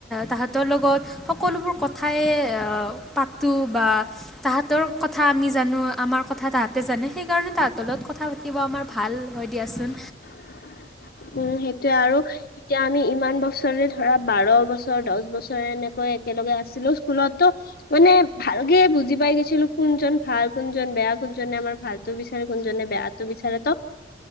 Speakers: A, in the centre; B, on the left.
A: তাহাঁতৰ লগত সকলোবোৰ কথাই তেওঁ পাতোঁ বা <unintelligible> তাহাঁতৰ কথা আমি জানো আমাৰ কথা তাহাঁতে জানে সেই কাৰণে তাহাঁতৰ লগত কথা পা কিবা আমাৰ ভাল হয় দিয়াচোন।
B: <inaudible> উম, সেইটোয়ে আৰু এতিয়া আমি ইমান বছৰে ধৰা বাৰো বছৰ দশ বছৰে এনে আকৌ একেলগে আছিলো স্কুলতো মানে ভালকে বুজি পাই গেছিলো কোনজন ভাল কোনজন বেয়া কোনজনে আমাৰ ভালতটো বিচাৰে, কোনজনে বেয়াটো বিচাৰে তো